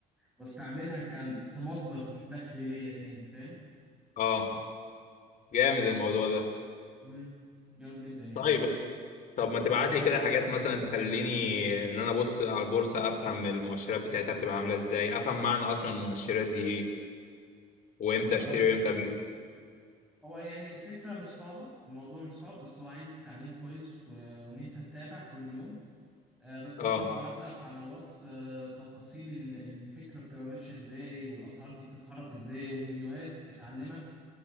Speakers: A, in the centre; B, on the left.
A: واستعملها ك- كمصدر دخل ليا تاني فاهم
B: اه جامد الموضوع ده
A: امم جامد جدا يعني
B: طيب طب ما تبعت لي كده حاجات مثلا تخليني ان انا ابص على البورصه افهم المؤشرات بتاعتها بتبقى عامله ازاي افهم معنى اصلا المؤشرات دي ايه وامتى اشتري
A: آه ما
B: وامتى ابيع
A: هو يعني الفكره مش صعبه الموضوع مش صعب بس هو عايز تعليم كويس و... وان انت تتابع كل يوم آه بس
B: اه
A: برضه هبعت لك على الواتس آه تفاصيل ال- الفكره بتبقى ماشيه ازاي والاسعار دي بتتحرك ازاي وفيديوهات بتعلمك